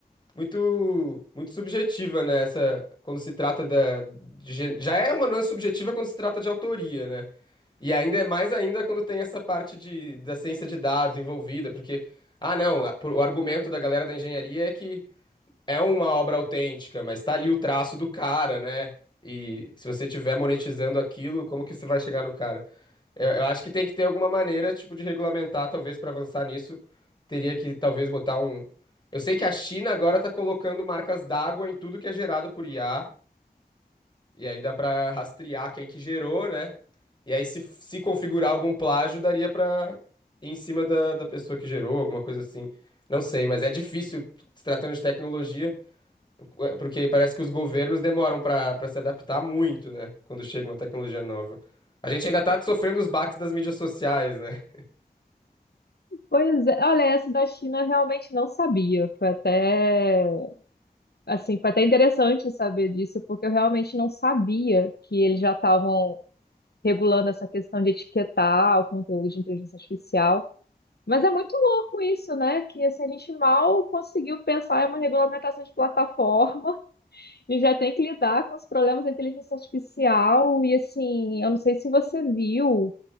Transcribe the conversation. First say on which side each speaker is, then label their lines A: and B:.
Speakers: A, on the left (about 25°); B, on the left (about 75°).
A: muito, muito subjetiva, né? Essa, quando se trata da, de gê- já é uma nuance subjetiva quando se trata de autoria, né? E ainda é mais ainda quando tem essa parte de, da ciência de dados envolvida, porque, ah, não, a- por- o argumento da galera da engenharia é que é uma obra autêntica, mas tá ali o traço do cara, né? E se você tiver monetizando aquilo, como que você vai chegar no cara? Eu, eu acho que tem que ter alguma maneira, tipo, de regulamentar, talvez, para avançar nisso. Teria que, talvez, botar um. Eu sei que a China agora tá colocando marcas d'água em tudo que é gerado por IA, e aí dá pra rastrear quem que gerou, né? E aí, se, se configurar algum plágio, daria pra ir em cima da, da pessoa que gerou, alguma coisa assim. Não sei, mas é difícil, se tratando de tecnologia. É, Porque parece que os governos demoram para para se adaptar muito, né? Quando chega uma tecnologia nova. A gente ainda tá sofrendo os baques das mídias sociais, né?
B: pois é, olha, essa da China eu realmente não sabia. Foi até, assim, foi até interessante saber disso, porque eu realmente não sabia que eles já estavam regulando essa questão de etiquetar o conteúdo de inteligência artificial. Mas é muito louco isso, né? Que assim, a gente mal conseguiu pensar em uma regulamentação de plataforma E já tem que lidar com os problemas da inteligência artificial. E assim, eu não sei se você viu